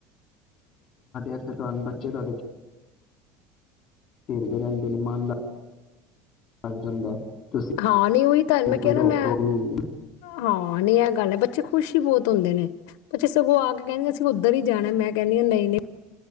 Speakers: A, on the left; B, on the left.
A: ਹੱਥ ਤੁਹਾਨੁੰ ਬੱਚੇ ਤੁਹਾਡੇ ਖੇਲਦੇ ਰਹਿੰਦੇ ਨੇ ਮਨ ਲੱਗ ਜਾਂਦਾ ਤੁਸੀਂ
B: ਹਾਂ, ਨਹੀਂ ਉਹੀ ਤੁਹਾਨੂੰ
A: ਕੋਈ
B: ਕਿਹਾ
A: ਰੋਕ
B: ਨ ਮੈਂ
A: ਟੋਕ ਨਹੀਂ ਹੁੰਦੀ
B: ਹਾਂ, ਨਹੀਂ ਇਹ ਗੱਲ ਹੈ, ਬੱਚੇ ਖੁਸ਼ ਹੀ ਬਹੁਤ ਹੁੰਦੇ ਨੇ। ਬੱਚੇ ਸਗੋਂ ਆ ਕੇ ਕਹਿੰਦੇ ਅਸੀਂ ਉਧਰ ਹੀ ਜਾਣਾ ਮੈਂ ਕਹਿੰਦੀ ਹਾ ਨਹੀਂ ਨਹੀਂ